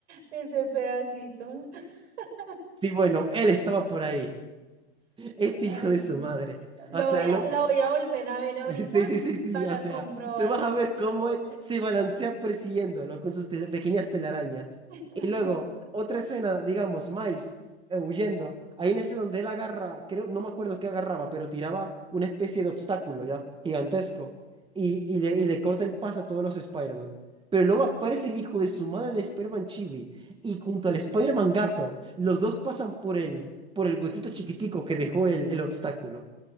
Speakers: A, on the right; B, on the right.
A: Ese pedacito. <laughs>
B: Sí, bueno, él estaba por ahí. Este
A: Ay.
B: hijo de su madre.
A: no. Lo
B: O sea,
A: voy a,
B: lo,
A: la voy a volver a ver ahorita
B: <laughs> Sí, sí, sí, sí,
A: para
B: o sea,
A: comprobarlo
B: tú vas a
A: porque
B: ver cómo
A: no me
B: él
A: acuerdo.
B: se balancea persiguiéndolo con sus tele- pequeñas telarañas.
A: <laughs>
B: Y luego, otra escena, digamos, Miles eh, huyendo. Ahí en ese donde él agarra, creo, no me acuerdo qué agarraba, pero tiraba una especie de obstáculo ya, gigantesco. Y, y, le, y le corta el paso a todos los Spider-Man. Pero luego aparece el hijo de su madre, el Spider-Man Chibi, y junto al Spider-Man gato, los dos pasan por el, por el huequito chiquitico que dejó el, el obstáculo.